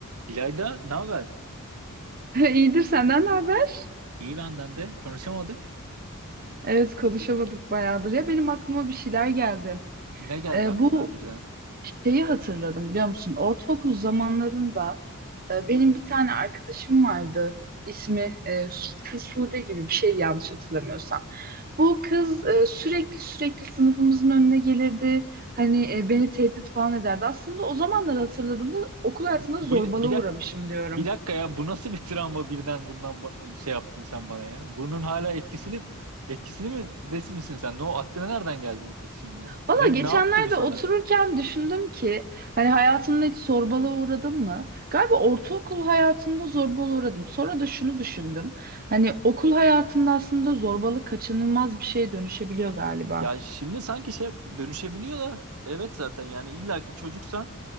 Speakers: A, on the right; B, on the right.
A: İlayda ne haber?
B: <laughs> İyidir senden ne haber?
A: İyi benden de. Konuşamadık.
B: Evet konuşamadık bayağıdır. Ya benim aklıma bir şeyler geldi.
A: Ne geldi
B: Ee,
A: aklına
B: bu
A: birden?
B: şeyi hatırladım biliyor musun? Ortaokul zamanlarında e, benim bir tane arkadaşım vardı. İsmi e, Su- Sude gibi bir şeydi yanlış hatırlamıyorsam. Bu kız e, sürekli sürekli sınıfımızın önüne gelirdi. Hani e, beni tehdit falan ederdi. Aslında o zamanları hatırladığımda okul hayatında
A: Bu,
B: zorbalığa
A: bir dak
B: uğramışım diyorum.
A: bir dakika ya bu nasıl bir travma birden bundan ba- şey yaptın sen bana ya? Bunun hala etkisini etkisini mi desin misin sen? Ne o aklına nereden geldi bu kız şimdi?
B: Valla
A: Ne
B: geçenlerde
A: ne yaptı bu sana?
B: otururken düşündüm ki hani hayatımda hiç zorbalığa uğradım mı? Galiba ortaokul hayatımda zorbalığa uğradım. Sonra da şunu düşündüm. Hani okul hayatında aslında zorbalık kaçınılmaz bir şeye dönüşebiliyor galiba.
A: Ya şimdi sanki şey dönüşebiliyor da evet zaten yani illaki çocuksan